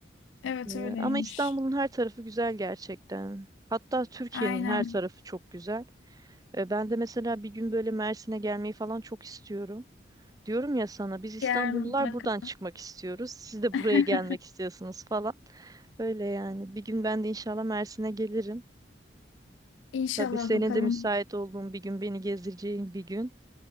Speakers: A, on the left; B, on the right.
A: Evet
B: Ee,
A: öyleymiş.
B: ama İstanbul'un her tarafı güzel gerçekten. Hatta Türkiye'nin
A: Aynen.
B: her tarafı çok güzel. Ee, ben de mesela bir gün böyle Mersin'e gelmeyi falan çok istiyorum. Diyorum ya sana biz İstanbullular
A: Gel mutlaka.
B: buradan çıkmak istiyoruz. Siz de
A: <laughs>
B: buraya gelmek istiyorsunuz falan. Öyle yani. Bir gün ben de inşallah Mersin'e gelirim.
A: İnşallah
B: Tabii senin
A: bakalım.
B: de müsait olduğun bir gün beni gezdireceğin bir gün